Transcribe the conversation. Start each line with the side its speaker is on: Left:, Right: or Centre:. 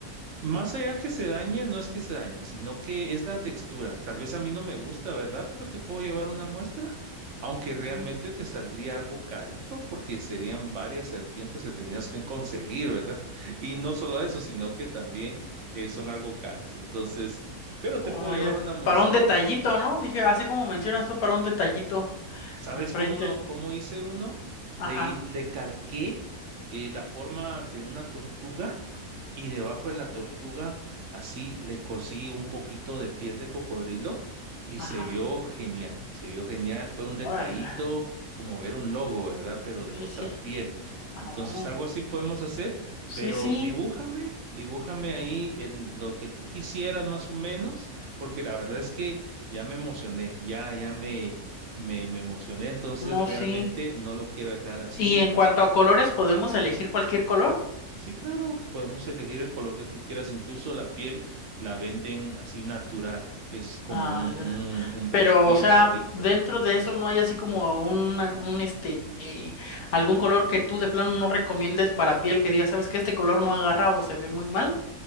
Right: más allá que se dañe, no es que se dañe, sino que es la textura. Tal vez a mí no me gusta, ¿verdad? Pero te puedo llevar una muestra, aunque realmente
Left: Ujú.
Right: te saldría algo carito porque serían varias serpientes que tenías que conseguir, ¿verdad? <laughs> Y no solo eso, sino que también eh, son algo caras. Entonces, pero
Left: Oh,
Right: te puedo llevar
Left: ya.
Right: una muestra.
Left: Para un detallito, ¿no? Dije, así como mencionas tú, para un detallito
Right: ¿Sabes
Left: enfrente.
Right: cómo, cómo hice uno? Le,
Left: Ajá,
Right: hi- le calqué eh, la forma de una tortuga y debajo de la tortuga así le cosí un poquito de piel de cocodrilo y
Left: ajá.
Right: se vio genial, se vio genial, fue un detallito
Left: Órale.
Right: como ver un logo, ¿verdad? Pero de
Left: Sí,
Right: otra
Left: sí.
Right: piel.
Left: Ah,
Right: Entonces algo así podemos hacer,
Left: sí,
Right: pero
Left: sí.
Right: dibújame, dibújame ahí el- lo que tú quisieras más o menos, porque la verdad es que ya me emocioné, ya, ya me me, me emocioné, entonces
Left: No,
Right: realmente
Left: sí.
Right: no lo quiero dejar así.
Left: Y en cuanto a colores, ¿podemos elegir cualquier color?
Right: Sí, claro, podemos elegir el color que tú quieras, incluso la piel la venden así natural, que es como
Left: Ah,
Right: un,
Left: ya.
Right: un, un beige
Left: Pero,
Right: bien
Left: o sea,
Right: clarito.
Left: dentro de eso no hay así como un, un este, eh, algún color que tú de plano no recomiendes para piel que diga sabes que este color no agarra o se ve muy mal,